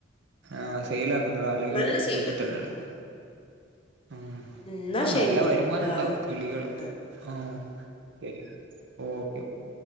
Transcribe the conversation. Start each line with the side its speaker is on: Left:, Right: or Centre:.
Right: ആഹ് സെയിൽ ആകുന്നതാ അല്ലെങ്കില്
Left: നല്ല സീനാ
Right: വീട്ടിതന്നെ എടുക്കോ ആ
Left: എന്നാ
Right: ആ
Left: ശരി
Right: നല്ല വരുമാനണ്ടാവും
Left: ആ ആ
Right: കിളികളൊക്കെ
Left: ആ
Right: ആഹ ശരി ഓക്കെ ഓക്കേ